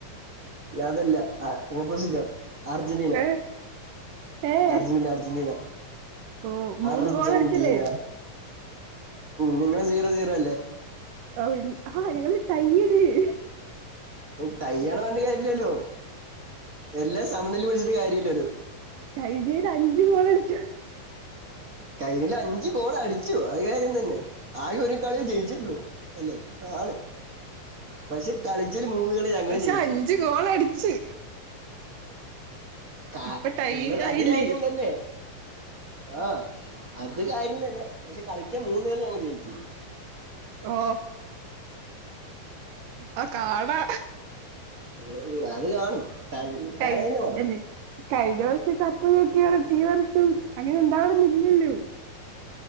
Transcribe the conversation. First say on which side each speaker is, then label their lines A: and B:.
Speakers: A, on the right; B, on the right.
A: അതല്ല ആ ഓപ്പോസിറ്റാ അർജന്റീന
B: ഏ ഏ
A: അർജന്റീന അർജന്റീന
B: ഓ മൂന്ന്
A: അർജന്റീനാ
B: ഗോളടിച്ചില്ലേ
A: നിങ്ങള് സീറോ സീറോ അല്ലേ
B: <unintelligible> ആ ഞങ്ങള് ടയ്യല്ലേ
A: ടയ്യാന്ന് പറഞ്ഞിട്ട് കാര്യല്ലില്ലോ എല്ലാം സമനില പിടിച്ചിട്ട് കാര്യലില്ലോ
B: കഴിഞ്ഞേല് അഞ്ച് ഗോളടിച്ചു
A: കയ്യില് അഞ് അഞ്ച് ഗോളടിച്ചു അത് കാര്യം തന്നെ ആകെ ഒരു കളി ജയിച്ചിട്ടുള്ളൂ അല്ലേ ആണ് പക്ഷെ കളിച്ചതില് മൂന്ന് കളി ഞങ്ങള്
B: പക്ഷെ
A: ജയിച്ചു
B: അഞ്ച് ഗോളടിച്ച്
A: കാ
B: ഇപ്പൊ ടൈ
A: ഉള്ളത്
B: ആയില്ലേ
A: അത് കാര്യം തന്നെ ആഹ് അത് കാര്യം തന്നെ പക്ഷെ കളിച്ച മൂന്ന് കളി ഞങ്ങ ജയിച്ച്
B: ഓ ആ കാണാ
A: ഉം, അത് കാണും കാ- കാണുക
B: കൈ
A: തന്നെ വേണം
B: എല്ലാ കഴിഞ്ഞ ദെവസ ഇപ്പൊ നോക്കിയാ ടീവി വെച്ചും അങ്ങനെ ഉണ്ടാവണംന്നില്ലല്ലോ